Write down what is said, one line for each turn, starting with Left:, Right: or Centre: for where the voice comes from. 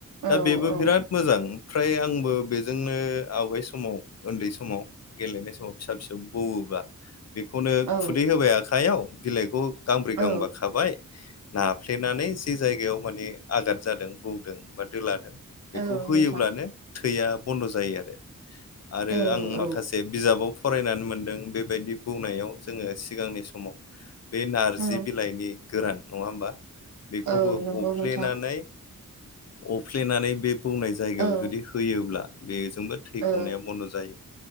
Left: दा
Right: औ
Left: बेबो
Right: औ
Left: बिराद मोजां फ्राय आंबो बेजोंनो आवगाय समाव उन्दै समाव गेलेनाय समाव फिसा फिसौ बौवो बेखौनो
Right: औ
Left: खुदै होबाय आखाइयाव बिलाइखौ गांब्रै गांबा
Right: औ
Left: खाबाय नाफ्लेनानै जे जायगायाव माने आगाद जादों बौदों बा दोलादों बेखौ
Right: औ
Left: होयोब्लानो
Right: नोंथां
Left: थैया बन्द' जायो आरो आरो
Right: औ
Left: आं माखासे
Right: औ
Left: बिजाबाव फरायनानै मोनदों बेबायदि बौनायाव जोङो सिगांनि सम समाव बे नारजि
Right: औ
Left: बिलाइनि गोरान नङा होमबा बेखौबो
Right: औ नंगौ
Left: अफ्लेनानै
Right: नोंथां
Left: अफ्लेनानै बे बौनाय जायगायाव
Right: औ
Left: जुदि होयोब्ला बेजोंबो थै
Right: औ
Left: गनाया बन्द' जायो